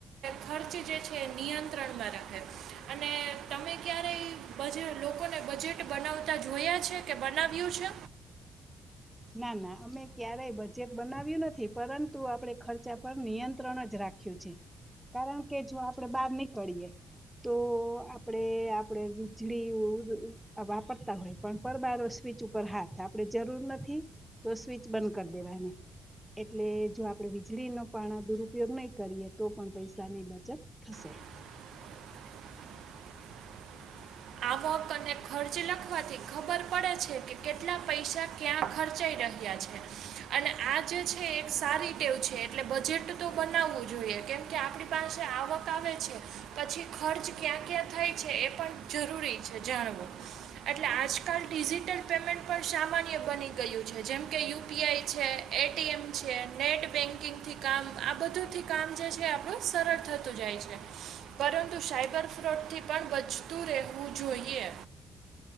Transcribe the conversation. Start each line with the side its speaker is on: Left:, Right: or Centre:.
Right: ખર્ચ જે છે નિય ત્રણમાં રખાય, અને તમે ક્યારેય બજે લોકોને બજેટ બનાવતા જોયા છે કે બનાવ્યું છે?
Centre: ના ના અમે ક્યારેય બજેટ બનાવ્યું નથી પરંતુ આપણે ખર્ચા પર નિયંત્રણ જ રખા રાખ્યું છે, કારણ કે જો આપણે બહાર નીકળીએ. તો આપણે આપણે વીજળી વાપરતા હોય પણ પરબારોસ સ્વિચ ઉપર હાથ આપણેે જરૂર નથી, તો સ્વીચ બંધ કરી દેવાની. એટલે જો આપણે વીજળીનો પણ દુરુપયોગ નહી કરીએ તો પણ પૈસાની બચત થશે.
Right: <inaudible> આવક અને ખર્ચ લખવાથી ખબર પડે છે કે કેટલા પૈસા ક્યાં ખર્ચાય રહ્યા છે અને આ જે છે, એક સારી ટેવ છે એટલે બજેટ તો બનાવવું જોઈએ. કેમકે આપણી પાસે આવક આવે છે, પછી ખર્ચ ક્યાં ક્યાં થાય છે એ પણ જરૂરી છે જાણવું, એટલે આજકાલ ડિજિટલ પેમેન્ટ પણ સામાન્ય બની ગયું છે જેમકે યુ પી આઈ છે એ ટી એમ છે નેટ બેન્કિંગથી કામ આ બધુંથી કામ કામ જે છે આપણું સરળ થતું જાય છે, પરંતુ સાયબર ફ્રોડથી પણ બચ તું રહેવું જોઈએ.